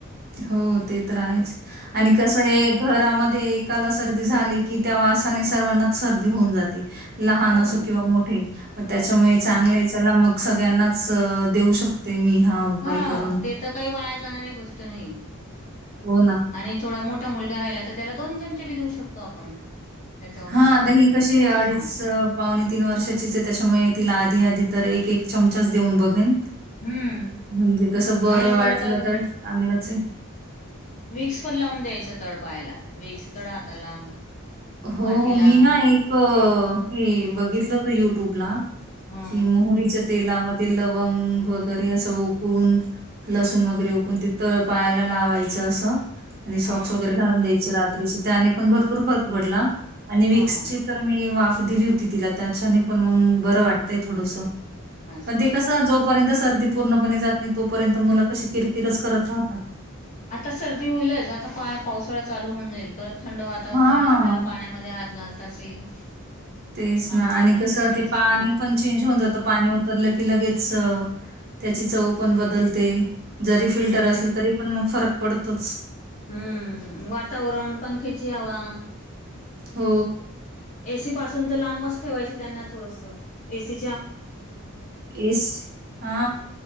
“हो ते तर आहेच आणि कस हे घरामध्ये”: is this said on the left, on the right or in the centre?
Right